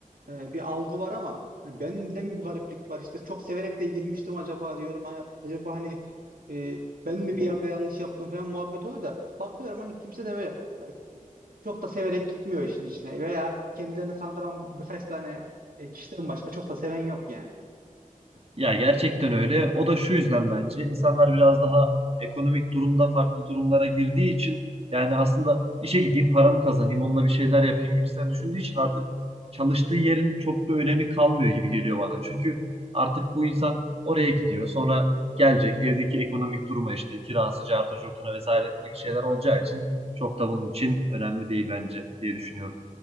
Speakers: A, on the right; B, on the right.
A: e, bir algı var ama hani bende mi bu gariplik var? İşte çok severek de girmiştim acaba diyorum. Hani acaba hani e, ben mi bir yerde yanlış yaptım falan muhabbet oluyor da bakıyorum hani kimse de böyle e, çok da severek gitmiyor işin içine veya kendilerini kandıran birkaç tane e, kişiden başka çok da seven yok yani.
B: Ya gerçekten öyle. O da şu yüzden bence insanlar biraz daha ekonomik durumda farklı durumlara girdiği için yani aslında işe gideyim paramı kazanayım onunla bir şeyler yapayım gibisinden düşündüğü için artık çalıştığı yerin çok da önemi kalmıyor gibi geliyor bana. Çünkü artık bu insan oraya gidiyor sonra gelecek evdeki ekonomik duruma işte kirası, cartı, curtuna vesaire gibi şeyler olacağı için çok da bunun için önemli değil bence diye düşünüyorum.